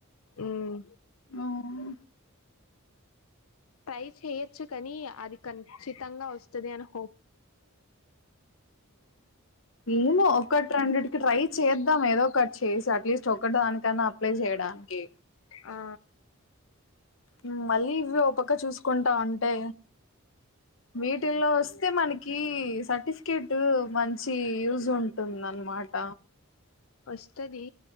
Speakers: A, on the left (about 85°); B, on the left (about 65°).
A: ఇమ్
B: ఉమ్
A: ట్రై చెయచ్చు కాని అది కన్ చితంగా వొస్తది అనొ
B: ఏమో ఒకటి రెండిటికి ట్రై చేద్దాం ఏదో ఒకట్ చేసి అట్లీస్ట్ చొకటి దానికైన్నా అప్లై చేయడానికి
A: ఆ
B: ఉమ్ మళ్ళీ ఇవి ఓ పక్క చూసుకుంటా ఉంటే వీటిల్లో వస్తే మని కి సర్టిఫికేట్ మంచి యూజ్ ఉంటుంది అనమాట
A: వస్తది